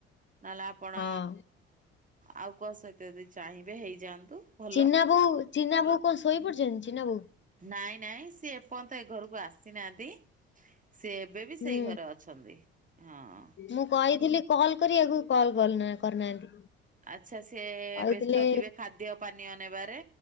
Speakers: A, on the right (about 25°); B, on the left (about 40°).
A: ନହେଲେ ଆପଣ
B: ହଁ।
A: ଆଉ କୁହା ସହିତ ଯଦି ଚାହିଁବେ ହେଇଯାଆନ୍ତୁ। ଭଲ।
B: ଚିନା ବୋଉ ଚିନା ବୋଉ କଣ ଶୋଇ ପଡଛନ୍ତି ଚିନା ବୋଉ?
A: ନାଇଁ ନାଇଁ ସିଏ ଏପର୍ଯ୍ୟନ୍ତ ଏ ଘରକୁ ଆସିନାହାନ୍ତି ସି ଏବେ ବି
B: ହୁଁ
A: ସେଇ ଘରେ ଅ ଛନ୍ତି ହଁ।
B: ମୁଁ କହିଥିଲି କଲ କରିଆକୁ କଲ କଲନା କରିନାହାନ୍ତି।
A: ଆଚ୍ଛା ସେ
B: କହିଥିଲେ
A: ବ୍ୟସ୍ତ ଥିବେ ଖାଦ୍ୟ ପାନୀୟ ନେବାରେ